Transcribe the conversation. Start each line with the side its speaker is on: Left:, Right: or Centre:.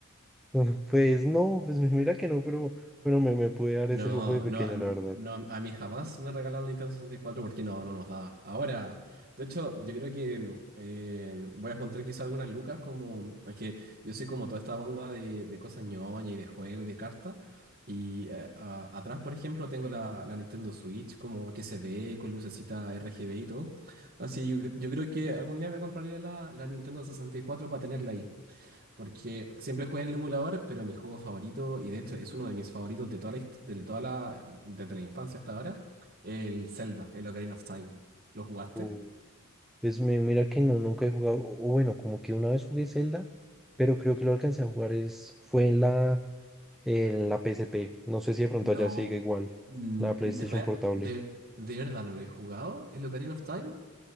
Centre: <laughs> Pues no, pues <laughs> mira que no, pero bueno, me, me pude dar
Right: No,
Centre: ese lujo de pequeño,
Right: no, n-
Centre: la verdad.
Right: no, a mí jamás me regalaron Nintendo 64 porque no, no nos daba. Ahora, de hecho, yo creo que mm, eh, voy a juntar quizá algunas lucas, como es que yo soy como toda esta onda de, de cosas ñoña y de juego y de cartas. Y eh, a- atrás, por ejemplo, tengo la, la Nintendo Switch, como que se ve con lucecita RGB y todo. Así yo, yo creo que algún día me compraré la, la Nintendo 64 para tenerla ahí. Porque siempre jugué en el emulador, pero mi juego favorito, y de hecho es uno de mis favoritos de toda la, hist- de toda la, desde la infancia hasta ahora, el Zelda, el Ocarina of Time. ¿Lo jugaste?
Centre: Uh. Pues mi- mira que no, nunca he jugado, o bueno, como que una vez jugué Zelda, pero creo que lo alcancé a jugar es, fue en la, en la P S P No sé si de pronto
Right: No,
Centre: allá sigue igual,
Right: mm,
Centre: la PlayStation
Right: de, rea-
Centre: Portable.
Right: de, de verdad no lo he jugado, el Ocarina of Time.